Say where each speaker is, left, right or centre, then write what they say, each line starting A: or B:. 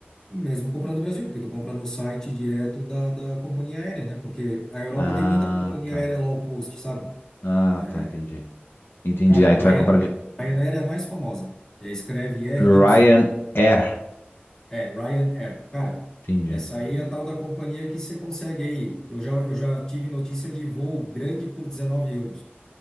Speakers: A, on the left; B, on the left.
A: Mesmo comprando no Brasil, porque tu compra no site direto da, da companhia aérea, né? Porque a Europa
B: Ah,
A: tem muita companhia
B: tá.
A: aérea low cost, sabe?
B: Ah,
A: É,
B: tá, entendi. Entendi.
A: cara,
B: Aí
A: Ryan,
B: tu vai comprar de
A: Ryanair é a mais famosa. É, escreve R
B: Ryanair.
A: Y é Ryanair. Cara,
B: Entendi.
A: essa aí é a tal da companhia que você consegue aí. Eu já, eu já tive notícia de voo grande por 19 euros,